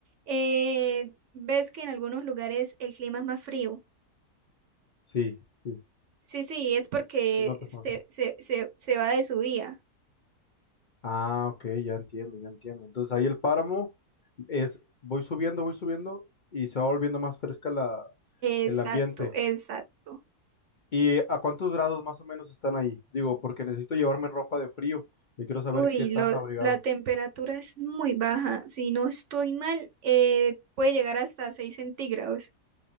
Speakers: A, on the right (about 60°); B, on the left (about 55°).
A: eh, ves que en algunos lugares el clima es más frío.
B: Sí, sí,
A: Sí, sí, es porque
B: sí me ha pasado.
A: se, se, se, se va de subida.
B: Ah, ok, ya entiendo, ya entiendo. Entonces ahí el páramo es, voy subiendo, voy subiendo y se va volviendo más fresca la,
A: Exacto,
B: el ambiente.
A: exacto.
B: ¿Y a cuántos grados más o menos están ahí? Digo, porque necesito llevarme ropa de frío y quiero saber
A: Uy,
B: qué tan
A: lo-
B: abrigado.
A: la temperatura es muy baja. Si no estoy mal, eh, puede llegar hasta 6 centígrados.